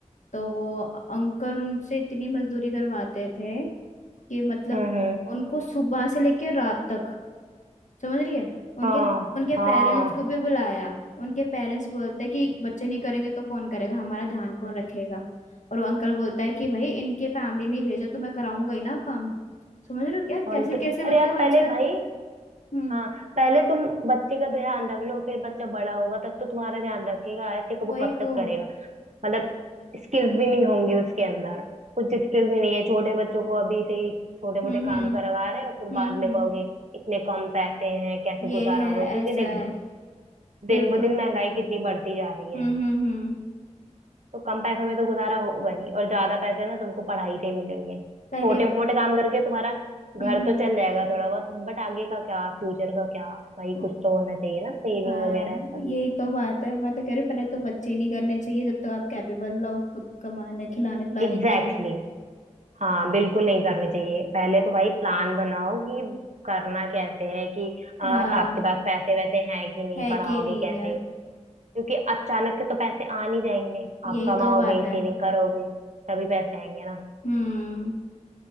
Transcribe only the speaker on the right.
हम्म हम्म,
हाँ
हाँ
और
नहीं तो
अरे यार
पहले भाई
हाँ पहले तुम बच्चे का ध्यान रख लो फिर बच्चा बड़ा होगा तब तो तुम्हारा ध्यान रखेगा ऐसे को वो
कब
तक मतलब स्किल्स भी नहीं होंगी उसके अंदर कुछ स्किल भी नहीं है छोटे बच्चों को अभी से ही छोटे मोटे
काम करवा रहे हो फिर
बाद में
कहोगे इतने कम पैसे हैं कैसे
गुजारा
होगा क्योंकि
देख
दिन
ब दिन महंगाई कितनी बढ़ती जा रही है
तो कम पैसों में तो गुजारा होगा नहीं और ज्यादा पैसे ना तुमको पढ़ाई से ही मिलेंगे
छोटे
मोटे काम करके तुम्हारा
घर
तो चल जाएगा थोड़ा बहुत बट आगे का क्या फ्यूचर का क्या भाई
कुछ तो होना चाहिए ना सेविंग
वगैरह सब
एग्जैक्टली
हाँ बिल्कुल नहीं करनी चाहिए पहले तो भाई प्लान बनाओ कि करना कैसे है कि अ, आपके
पास पैसे वैसे हैं कि नहीं
पढ़ाओगे
कैसे
क्योंकि अचानक से तो पैसे आ नहीं जाएंगे
आप कमाओगे
सेविंग करोगे तभी पैसे आएंगे ना